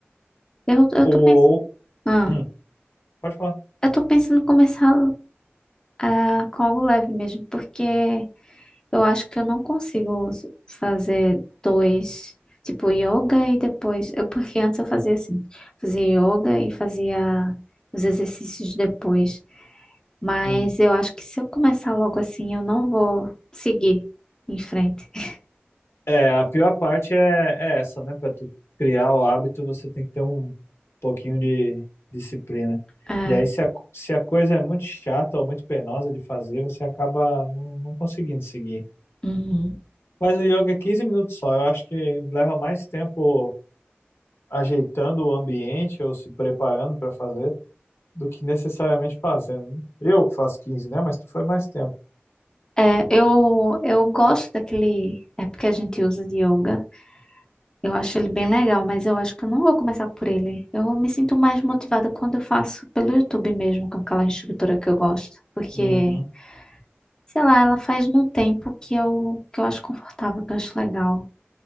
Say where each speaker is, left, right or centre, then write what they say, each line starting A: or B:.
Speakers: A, on the left; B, on the left.
A: Eu, eu
B: Ou,
A: tô pensando, ah,
B: hum, pode falar.
A: eu tô pensando em começar ah, com algo leve mesmo, porque eu acho que eu não consigo s- fazer dois, tipo yoga e depois, eu, porque antes eu fazia assim, fazia yoga e fazia os exercícios depois, mas
B: Hum.
A: eu acho que se eu começar logo assim, eu não vou seguir em frente. <laughs>
B: É, a pior parte é, é essa, né? Para tu criar o hábito, você tem que ter um pouquinho de disciplina.
A: Ah,
B: E aí, se a, se a coisa é muito chata ou muito penosa de fazer, você acaba não, não conseguindo seguir.
A: uhum.
B: Mas o yoga é 15 minutos só. Eu acho que leva mais tempo ajeitando o ambiente ou se preparando para fazer do que necessariamente fazendo. né? Eu que faço 15, né? Mas tu faz mais tempo.
A: É, eu, eu gosto daquele, é porque a gente usa de yoga. Eu acho ele bem legal, mas eu acho que eu não vou começar por ele. Eu me sinto mais motivada quando eu faço pelo YouTube mesmo, com aquela instrutora que eu gosto. Porque,
B: Uhum.
A: sei lá, ela faz no tempo que eu, que eu acho confortável, que eu acho legal,